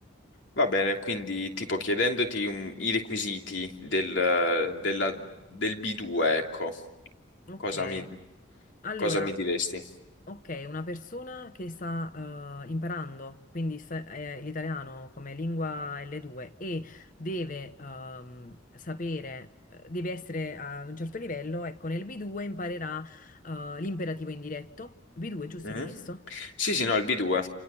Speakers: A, on the left; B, on the left.
A: va bene, quindi tipo chiedendoti um, i requisiti del, eh, della- del B2, ecco,
B: Ok,
A: cosa mi,
B: allora,
A: cosa mi diresti?
B: ok, una persona che sta eh, imparando, quindi sta- eh, l'italiano come lingua L2 e deve ehm, sapere, eh, deve essere a un certo livello, ecco, nel B2 imparerà eh, l'imperativo indiretto. B2, giusto,
A: Mhm.
B: mi hai chiesto?
A: Sì, sì, no, il B2,